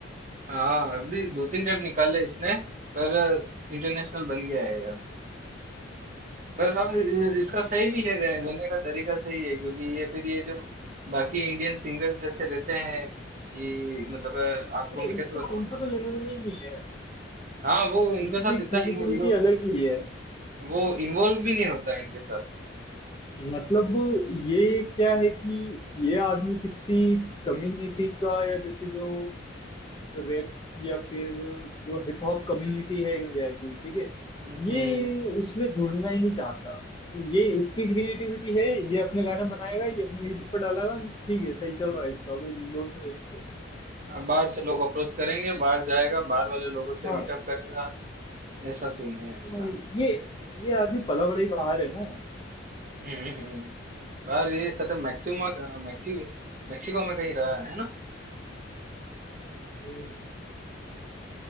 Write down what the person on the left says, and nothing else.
ये
इसका
उनसे
कोई लेना देना ही नहीं है
इसकी
क्रिएटिविटी
अलग ही है
मतलब वो ये क्या है कि ये आदमी किसी कम्युनिटी का या जैसे जो रैप या फिर जो हिप हॉप कम्युनिटी है इंडिया की ठीक है
ये
उसमें जुड़ना ही नहीं चाहता ये इसकी क्रिएटिविटी है ये अपने गाना बनाएगा ये अपने यूट्यूब पर डालेगा ठीक है सही
चल रहा है इसका कोई लोड नहीं है इसको
हाँ
तो ये ये आदमी पला बड़ा ही बाहर है ना यार
हम्म,